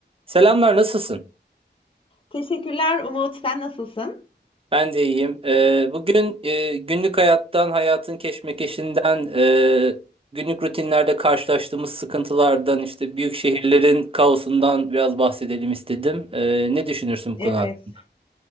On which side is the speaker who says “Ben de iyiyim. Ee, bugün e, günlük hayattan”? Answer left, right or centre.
Right